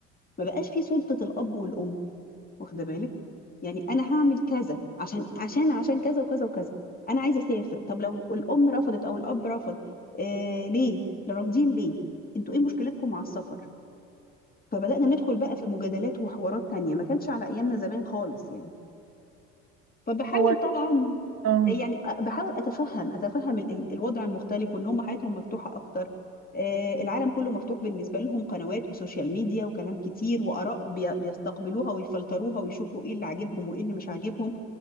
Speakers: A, on the left (about 25°); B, on the right (about 45°).
A: ما بقاش في سلطه الاب والام واخده بالك يعني انا هعمل كذا عشان عشان عشان كذا وكذا وكذا انا عايزه اسافر طب لو الام رفضت او الاب رفض آه ليه رافضين ليه انتوا ايه مشكلتكم مع السفر فبدانا ندخل بقى في مجادلات وحوارات تانية ما كانش على ايامنا زمان خالص يعني فبحاول
B: هو ده
A: طبعا
B: اه
A: يعني بحاول اتفهم اتفهم ال- ال- الوضع المختلف وان هم حياتهم مفتوحه اكتر آه، العالم كله مفتوح بالنسبه لهم قنوات وسوشيال ميديا وكلام كتير واراء بي- بيستقبلوها ويفلتروها ويشوفوا ايه اللي عاجبهم وايه اللي مش عاجبهم